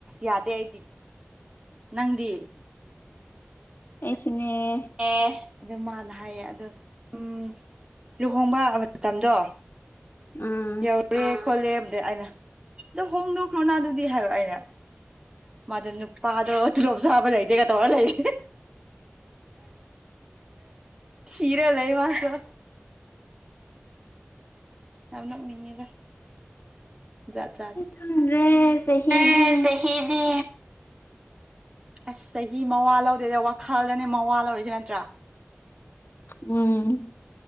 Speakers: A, on the right (about 20°); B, on the left (about 50°).
A: ꯌꯥꯗꯦ ꯑꯩꯗꯤ ꯅꯪꯗꯤ
B: ꯑꯦꯁꯨꯅꯦ
A: ꯑꯦ ꯑꯗꯨ ꯃꯥꯅ ꯍꯥꯏꯌꯦ ꯑꯗꯣ ꯎꯝ ꯂꯨꯍꯣꯡꯕ ꯃꯇꯝꯗꯣ
B: ꯎꯝ
A: ꯌꯎꯔꯦ ꯈꯣꯠꯂꯦ ꯑꯩꯅ ꯅꯪ ꯍꯣꯡꯗꯣꯛꯈ꯭ꯔꯣꯅꯥꯗꯨꯗꯤ ꯍꯥꯏꯕ ꯑꯩꯅ ꯃꯗꯨ ꯅꯨꯄꯥ ꯑꯗꯣ ꯇꯣꯂꯣꯞꯆꯥꯕ ꯂꯩꯇꯦꯅ ꯇꯧ ꯂꯩꯔꯦ ꯊꯝꯃꯒ ꯂꯩꯕꯅꯤ ꯃꯥꯁꯨ ꯌꯥꯝ ꯅꯣꯛꯅꯤꯡꯉꯤꯗ ꯖꯥꯠ ꯖꯥꯠꯅꯤ
B: ꯈꯪꯗ꯭ꯔꯦ ꯆꯍꯤꯗꯤ
A: ꯑꯦ ꯆꯍꯤꯗꯤ ꯑꯁ ꯆꯍꯤ ꯃꯋꯥ ꯂꯧꯗꯦꯗ ꯋꯥꯈꯜꯗꯅꯦ ꯃꯋꯥ ꯂꯧꯔꯤꯁꯦ ꯅꯠꯇ꯭ꯔꯥ
B: ꯎꯝ